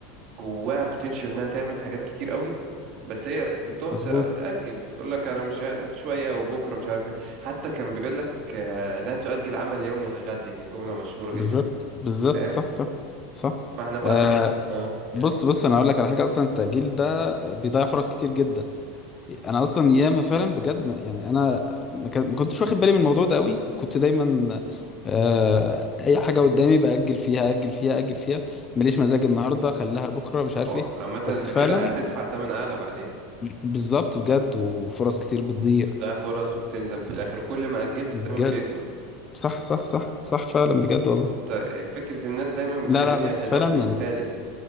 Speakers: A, on the right; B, on the left.
A: جواها بوتنشال انها تعمل حاجات كتير قوي بس هي بتقعد
B: مظبوط
A: ت- تأجل تقول لك انا مش عارف- شويه وبكره مش عارف ايه حتى كان بيقول لك آه، لا تؤجل عمل يومي للغد يعني جمله مشهوره جدا
B: بالظبط بالظبط
A: فاهم
B: صح صح صح
A: فاحنا بقى
B: آه
A: طبعا <laughs> اه
B: بص بص أنا أقول لك على حاجة أصلا التأجيل ده بيضيع فرص كتير جدا أنا أصلا ياما فعلا بجد ما يعني أنا ما كان- ما كنتش واخد بالي من الموضوع ده قوي وكنت دايما آه أي حاجة قدامي بأجل فيها أجل فيها أجل فيها ماليش مزاج النهاردة خليها بكرة مش عارف
A: هو
B: إيه
A: عامه انت
B: بس فعلا
A: كده هتدفع تمن اعلى بعدين
B: بالظبط بجد وفرص كتير بتضيع
A: بتضيع فرص وبتندم في الاخر وكل ما اجلت
B: بجد
A: التمن بيكبر
B: صح صح صح صح فعلا بجد والله
A: انت فكره الناس دايما مستنيه
B: لا لا بس
A: الوقت
B: فعلا
A: المثالي
B: يعني